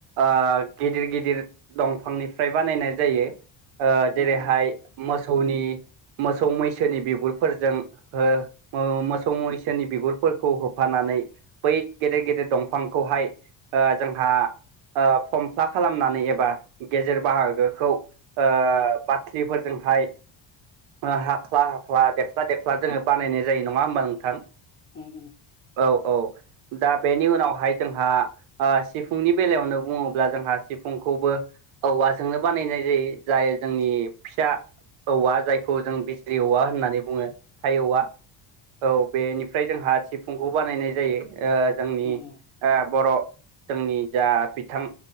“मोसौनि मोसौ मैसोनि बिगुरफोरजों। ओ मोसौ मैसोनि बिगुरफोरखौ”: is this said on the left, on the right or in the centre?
Right